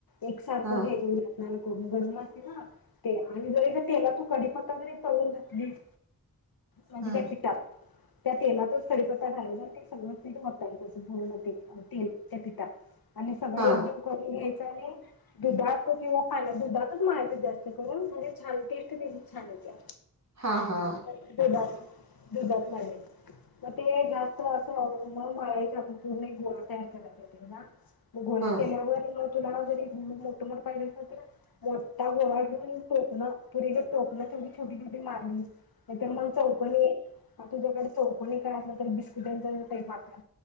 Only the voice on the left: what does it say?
एक सारख
घ्यायच <unintelligible> पुर्ण गरमा असते ना तेल आणि जर तेलातुन कडीपत्ता जरी तो तळून घातलीस म्हणजे
वपिक <unintelligible> त्या तेलातच कढीपत्ता घालायचा आणि ते सगळं पीठ ओतायच असे पुर्णपणे तेल त्या पिठात आणि सगळे
एकजीव करून घ्यायचं आणि दुधात किंवा पाण्यात दुधातच मरायचं जास्तीत जास्त उकळून म्हणजे छान टेस्ट त्याची छान येत्या.
दुधात दुधात मळायचं मग ते जास्त असं म मळायचं आपन पूर्ण एक गोळा तयार करायचा त्याचा मग गोळे
केल्यावर मग तुला जरी मोठमठ पाहिजले असल तरी मोठा गोळा घेऊन टोकणं पुरीगत टोकणं छोटी छोटी मारली नाही तर मग चौकनी तुझ्याकडे चौकणी काय असलं तर बिस्कुटाचा साठा